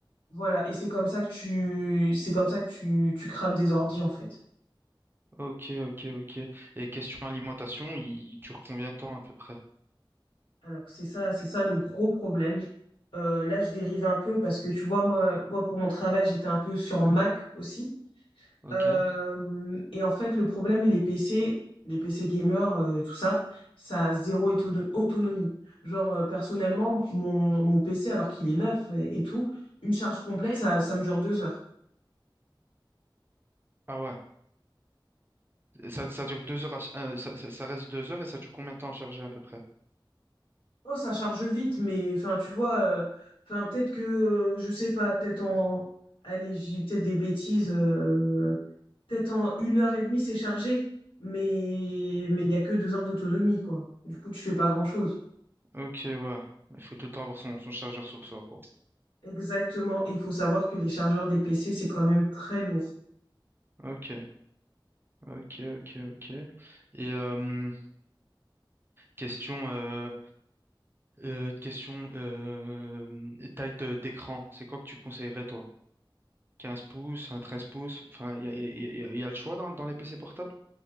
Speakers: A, on the left; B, on the right.
A: Voilà, et c'est comme ça que tu c'est comme ça que tu, tu crames des ordis en fait.
B: Ok, ok, ok. Et question alimentation, il, il dure combien de temps à peu près?
A: Alors c'est ça, c'est ça le gros problème. Euh, là, je dérive un peu parce que tu vois, moi, moi pour mon travail, j'étais un peu sur Mac aussi.
B: Ok.
A: Euh, et en fait, le problème, les PC, les PC gamers, euh, tout ça, ça a zéro éto- autonomie. Genre, euh, personnellement, mon, mon PC, alors qu'il est neuf et, et tout, une charge complète, ça, ça me dure deux heures.
B: Ah ouais, ça, ça dure deux heures, à ch- euh, ça, ça- ça reste deux heures et ça dure combien de temps à charger à peu près?
A: Oh, ça charge vite, mais enfin, tu vois, euh, enfin, peut-être que, euh, je sais pas, peut-être en, allez, j'ai peut-être des bêtises, euh, peut-être en une heure et demie, c'est chargé, mais mais il n'y a que deux heures d'autonomie, quoi. Du coup, tu fais pas grand-chose.
B: Ok, ouais. Il faut tout le temps avoir son, son chargeur sur soi, quoi.
A: Exactement, et il faut savoir que les chargeurs des PC, c'est quand même très lourd.
B: Ok, ok, ok, ok. Et euh, question, euh, euh, question euh, taille de d'écran, c'est quoi que tu conseillerais, toi? 15 pouces, un 13 pouces, enfin, il y a, y a- y a- y a le choix dans, dans les PC portables?